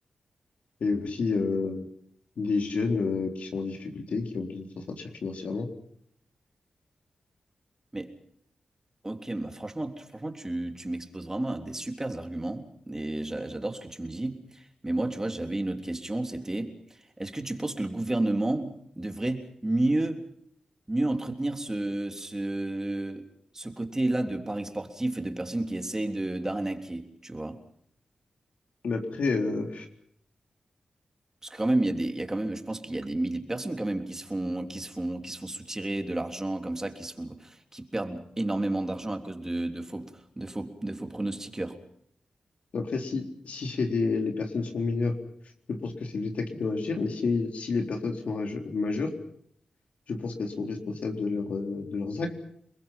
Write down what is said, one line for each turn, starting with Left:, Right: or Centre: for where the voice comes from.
Left: et aussi euh, des jeunes euh, qui sont en difficulté, qui ont besoin de s'en sortir financièrement.
Right: Mais ok, bah, franchement, tu- franchement, tu, tu m'exposes vraiment à des super arguments et j'a- j'adore ce que tu me dis. Mais moi, tu vois, j'avais une autre question, c'était, est-ce que tu penses que le gouvernement devrait mieux mieux entretenir ce, ce, ce côté-là de paris sportifs et de personnes qui essayent de d'arnaquer, tu vois.
Left: Mais après, euh,
Right: Parce que quand même, il y a des, il y a quand même, je pense qu'il y a des milliers de personnes quand même qui se font, qui se font, qui se font soutirer de l'argent comme ça, qui se font, qui perdent énormément d'argent à cause de, de faux, de faux, de faux pronostiqueurs.
Left: après si, si c'est des, les personnes sont mineures, je pense que c'est l'État qui doit agir. Mais si, si les personnes sont âge- majeures, je pense qu'elles sont responsables de, leur, euh, de leurs actes